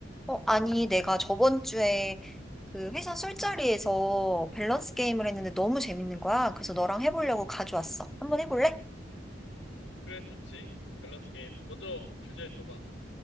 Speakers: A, in the centre; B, on the left.
A: 어, 아니, 내가 저번 주에 그 회사 술자리에서 밸런스 게임을 했는데 너무 재밌는 거야. 그래서 너랑 해보려고 가져왔어. 한번 해볼래?
B: 그래, 좋지. 밸런스 게임. 먼저 주제 줘봐.